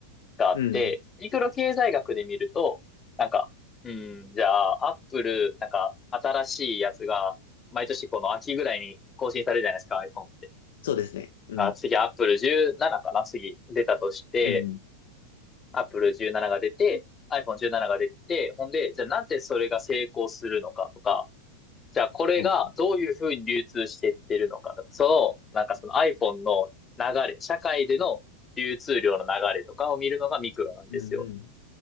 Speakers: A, on the left (about 20°); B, on the left (about 60°).
A: があって、
B: うん
A: ミクロ経済学で見ると、なんか、うん、じゃあ、アップル、なんか、新しいやつが、毎年この秋ぐらいに更新されるじゃないですか、iPhone って。
B: そうですね。うん。
A: あ、次、アップル17かな、次、出たとして、
B: うん。
A: アップル17が出て、iPhone17 が出て、ほんで、じゃあなぜそれが成功するのかとか、じゃあこれがどういうふうに流通してってるのかとか、
B: はいはい。
A: その、なんかその iPhone の流れ、社会での流通量の流れとかを見るのがミクロなんですよ。
B: うんうん。